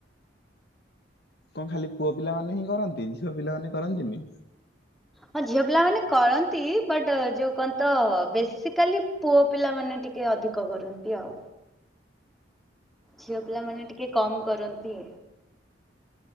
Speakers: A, on the left (about 60°); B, in the centre.
A: କଣ ଖାଲି ପୁଅ ପିଲା ମାନେ ହିଁ କରନ୍ତି ଝିଅ ପିଲାମାନେ କରନ୍ତିନି
B: ହଁ ଝିଅ ପିଲା ମାନେ କରନ୍ତି ବଟ୍ ଯୋଉ କହନ୍ତି ତ ବେସିକାଲି ପୁଅ ପିଲା ମାନେ ଟି କେ ଅଧିକ କରନ୍ତି ଆଉ। ଝିଅ ପିଲାମାନେ ଟିକେ କମ୍ କରନ୍ତି।